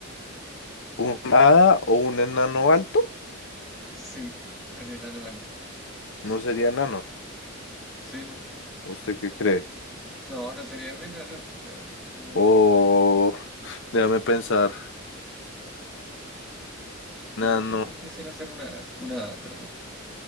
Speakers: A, on the left; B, in the centre.
A: ¿Un hada o un enano alto?
B: Sí, un enano alto.
A: No sería enano.
B: Sí, no.
A: ¿Usted qué cree?
B: No, no sería un enano. O sea, es como.
A: O déjame pensar. Enano.
B: Yo creo que tú quisieras ser un hada. Una hada, perdón.